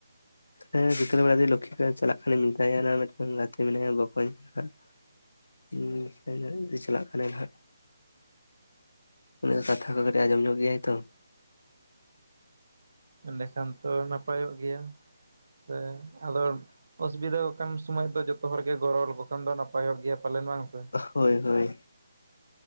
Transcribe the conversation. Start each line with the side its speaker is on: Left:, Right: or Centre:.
Left: ᱦᱮᱸ ᱜᱤᱫᱽᱨᱟᱹ ᱢᱮᱱᱟᱭ ᱛᱤᱧᱟ ᱞᱚᱠᱠᱷᱤ ᱠᱷᱟᱱ ᱪᱟᱞᱟᱜ ᱠᱷᱟᱱᱤᱧ ᱢᱮᱛᱟᱭᱟ <unintelligible> ᱜᱟᱛᱮ ᱢᱮᱱᱟᱭᱟ ᱵᱚᱠᱚᱧ ᱦᱟᱸᱜ᱾ <inaudible> ᱡᱩᱫᱤ ᱪᱟᱞᱟᱜ ᱠᱷᱟᱱᱮ ᱱᱟᱦᱟᱜ᱾ ᱩᱱᱤ ᱫᱚ ᱠᱟᱛᱷᱟ ᱠᱚ ᱠᱟᱴᱤᱡ ᱮ ᱟᱸᱡᱚᱢ ᱧᱚᱜ ᱜᱮᱭᱟᱭ ᱛᱚ᱾
Right: ᱮᱸᱰᱮᱠᱷᱟᱱ ᱛᱚ ᱱᱟᱯᱟᱭᱼᱚᱜ ᱜᱮᱭᱟ ᱥᱮ ᱟᱫᱚ ᱚᱥᱩᱵᱤᱫᱟᱣᱟᱠᱟᱱ ᱥᱳᱢᱚᱭ ᱫᱚ ᱡᱚᱛᱚ ᱦᱚᱲ ᱜᱮ ᱜᱚᱲᱚ <unintelligible> ᱠᱷᱟᱱ ᱫᱚ ᱱᱟᱯᱟᱭᱼᱚᱜ ᱜᱮᱭᱟ ᱯᱟᱞᱮᱱ ᱵᱟᱝ ᱥᱮ᱾
Left: ᱦᱳᱭ ᱦᱳᱭ᱾